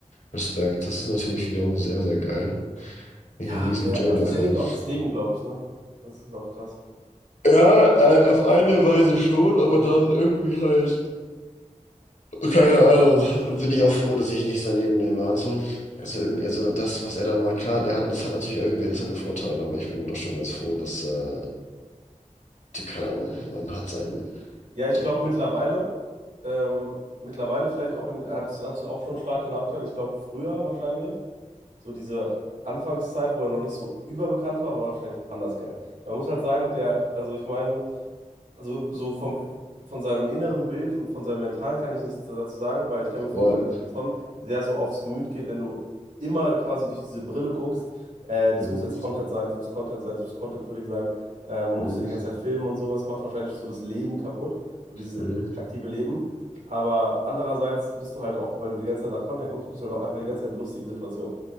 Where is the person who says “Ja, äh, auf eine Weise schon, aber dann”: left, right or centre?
Left